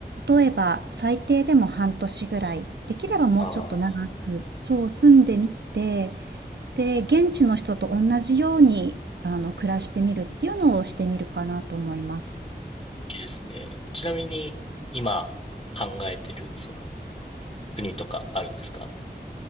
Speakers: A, on the right; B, on the left.
A: 例えば最低でも半年ぐらい、できればもうちょっと長く、
B: ああ、
A: そう住んでみて、で、現地の人と同じように、あの、暮らしてみるっていうのをしてみるかなと思います。
B: 素敵ですね。ちなみに、今考えてる、その、国とかあるんですか